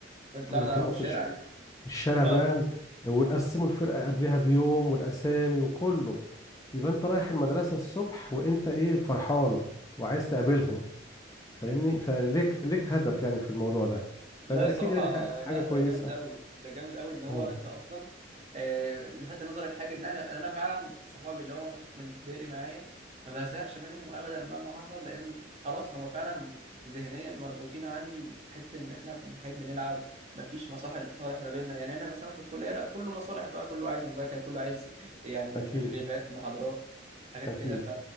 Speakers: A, on the right; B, on the left.
A: بنطلع
B: ونطلعوا
A: نلعبوا في الشارع
B: في الش...
A: <laughs>
B: الشارع
A: اه
B: بقى ونقسموا الفرقة قبلها بيوم والاسامي وكله يبقى انت رايح المدرسة الصبح وانت ايه فرحان وعايز تقابلهم فاهمني فليك ليك هدف يعني في الموضوع ده فده
A: لا الصراحة
B: اكيد يعني ح- حاجة
A: لا
B: كويسة
A: ده جامد قوي ده جامد قوي ان هو
B: اه
A: انت اصلا آه، لفت نظري الحاجة ان احنا انا فعلا صحابي اللي هم من ابتدائي معايا ما بزهقش منهم ابدا مهما حصل لان خلاص هم فعلا ذهنيا مربوطين عندي بحتة ان احنا بنحب نلعب مفيش مصالح صالح ما بيننا يعني انا مثلا في الكلية لا كله مصالح بقى كله عايز مذاكرة كله عايز يعني
B: اكيد
A: تفريغات محاضرات حاجات
B: اكيد
A: كده ف-